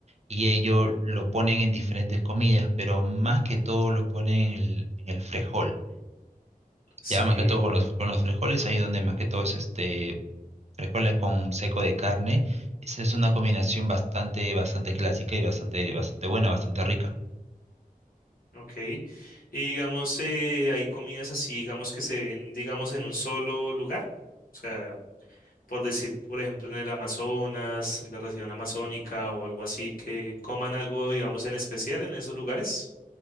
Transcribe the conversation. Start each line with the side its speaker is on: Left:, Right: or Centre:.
Right: y ello lo ponen en diferentes comidas, pero más que todo lo ponen en el, en el frejol.
Left: Sí.
Right: Ya más que todo con los, con los frijoles, ahí donde más que todo es este frijoles con seco de carne. Esa es una combinación bastante, bastante clásica y bastante, bastante buena, bastante rica.
Left: Ok. Y digamos, eh, hay comidas así, digamos, que se ven, digamos, en un solo lugar. O sea, por decir, por ejemplo, en el Amazonas, en la región amazónica o algo así, que coman algo, digamos, en especial en esos lugares.